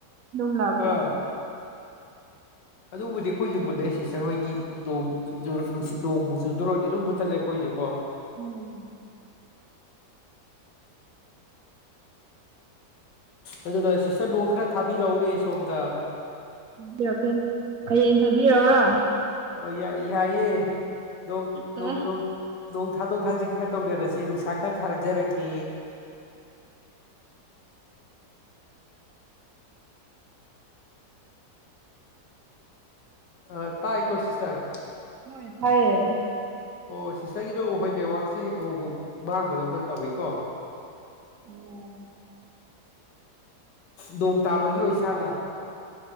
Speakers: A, on the right; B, on the left.
A: ꯑꯗꯨꯝ ꯂꯥꯛꯇꯦ
B: ꯑꯥ
A: <inaudible>
B: ꯑꯗꯨꯕꯨꯗꯤ ꯑꯩꯈꯣꯏꯖꯨ ꯃꯨꯠꯂꯦ ꯁꯤꯁꯇꯔ ꯍꯣꯏꯒꯤ ꯅꯣꯡ <unintelligible> ꯅꯨꯡꯁꯤꯠ ꯅꯣꯡꯕꯨ ꯆꯨꯗꯣꯔꯗꯤ ꯑꯗꯨꯝ ꯃꯨꯠꯊꯠꯂꯦ ꯑꯩꯈꯣꯏꯖꯨ ꯀꯣ
A: ꯎꯝ
B: ꯑꯗꯨꯅ ꯁꯤꯁꯇꯔ ꯅꯣꯡ ꯈꯔ ꯊꯥꯕꯤꯔꯛꯎꯅꯦ ꯁꯣꯝꯗ
A: <inaudible> ꯀꯦ ꯍꯌꯦꯡ ꯊꯥꯕꯤꯔꯧꯔꯣ
B: ꯎꯝ ꯌꯥ ꯌꯥꯏꯌꯦ ꯅꯣꯡ
A: ꯑꯦ
B: ꯅꯣꯡ ꯅꯣꯡ ꯅꯣꯡ ꯊꯥꯗꯣꯛ ꯊꯥꯖꯤꯟ ꯈꯔ ꯇꯧꯅꯔꯁꯤ ꯅꯨꯡꯁꯥ ꯈꯔ ꯊꯥꯖꯔꯛꯀꯦ ꯑ ꯇꯥꯏ ꯀꯣ ꯁꯤꯁꯇꯔ
A: ꯍꯣꯏ ꯇꯥꯏꯌꯦ
B: ꯑꯣ ꯁꯤꯁꯇꯔꯒꯤꯗꯣ ꯍꯣꯏ ꯅꯦꯠꯋꯥꯛꯁꯦ ꯑꯃꯨꯛꯃꯨꯛ ꯃꯥꯡꯕꯗꯧꯅ ꯇꯧꯏꯀꯣ
A: ꯑꯣ
B: ꯅꯣꯡ ꯇꯥꯕꯒꯤ ꯑꯣꯏ ꯁꯥꯠꯂꯥ